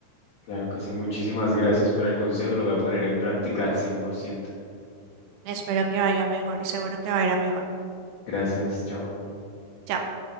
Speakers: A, on the left; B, on the right.
A: Claro que sí, muchísimas gracias por el consejo, lo voy a poner en práctica al 100%.
B: Espero que vaya mejor y seguro que va a ir a mejor.
A: Gracias, chao.
B: Chao.